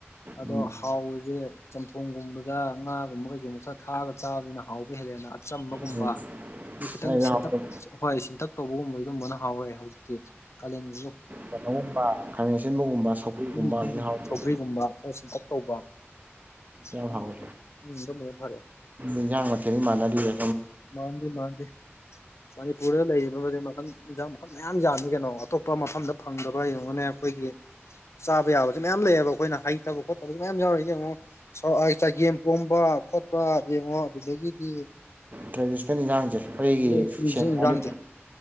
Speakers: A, on the left; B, on the right.
A: ꯑꯗꯣ
B: ꯎꯝ
A: ꯍꯥꯎꯁꯦ ꯆꯝꯊꯣꯡꯒꯨꯝꯕꯗ ꯉꯥꯒꯨꯝꯕꯒ ꯌꯣꯡꯆ__ ꯊꯥꯔꯒ ꯆꯥꯕꯅꯤꯅ ꯍꯥꯎꯕ ꯍꯦꯜꯂꯦꯅ ꯑꯆꯝꯕꯒꯨꯝꯕ
B: ꯎꯝ
A: ꯑꯗꯩ ꯈꯤꯇꯪ
B: ꯅꯣꯏꯗꯤ
A: ꯁꯤꯟꯇꯛ__
B: ꯍꯥꯎꯇꯦ
A: ꯍꯍꯣꯏ ꯁꯤꯟꯇꯛ ꯇꯧꯕꯒꯨꯝꯕ ꯑꯗꯨꯝꯕꯅ ꯍꯥꯎꯔꯦ ꯍꯧꯖꯤꯛꯇꯤ ꯀꯥꯂꯦꯟꯒꯤ꯫
B: ꯀꯩꯅꯣꯒꯨꯝꯕ ꯈꯥꯃꯦꯟ ꯑꯁꯤꯟꯕꯒꯨꯝꯕ ꯁꯧꯒꯒꯨꯝꯕ
A: ꯎꯝ ꯎꯝ
B: ꯍꯥꯎꯗꯦ꯫
A: ꯁꯧꯒ꯭ꯔꯤꯒꯨꯝꯕ ꯈꯔ ꯁꯤꯟꯇꯛ ꯇꯧꯕ
B: ꯌꯥꯝ
A: ꯑꯗꯨꯝꯕꯁꯤꯅ
B: ꯍꯥꯎꯋꯦ
A: ꯎꯝ ꯑꯗꯨꯝꯕꯅ ꯐꯔꯦ
B: ꯏꯟꯁꯥꯡ ꯃꯊꯦꯜꯅꯤ ꯃꯥꯟꯅꯗꯔ꯫
A: ꯃꯥꯟꯗꯦ ꯃꯥꯟꯗꯦ ꯃꯅꯤꯄꯨꯔꯗ ꯂꯩꯔꯤꯕꯗꯤ ꯃꯈꯟ ꯌꯥꯝ__ ꯃꯌꯥꯝ ꯌꯥꯝꯃꯤ ꯀꯩꯅꯣ ꯑꯇꯣꯞꯄ ꯃꯐꯝꯗ ꯐꯪꯗꯕ ꯌꯦꯡꯉꯅꯦ ꯑꯩꯈꯣꯏꯒꯤ꯫ ꯆꯥꯕ ꯌꯥꯕꯁꯨ ꯃꯌꯥꯝ ꯂꯩꯌꯦꯕ ꯑꯩꯈꯣꯏꯅ ꯍꯩꯇꯕ ꯈꯣꯠꯇꯕꯁꯨ ꯃꯌꯥꯝ ꯌꯥꯎꯔꯤ ꯌꯦꯡꯉꯣ꯫ ꯆꯒꯦꯝ ꯄꯣꯝꯕ ꯈꯣꯠꯄ ꯌꯦꯡꯉꯣ ꯑꯗꯨꯗꯒꯤꯗꯤ__
B: ꯇ꯭ꯔꯦꯗꯤꯁꯅꯦꯜ ꯌꯦꯟꯁꯥꯡꯁꯦ ꯑꯩꯒꯤ
A: ꯆꯤꯟꯖꯥꯛ
B: ꯁꯅꯤ
A: ꯏꯟꯖꯥꯡꯁꯦ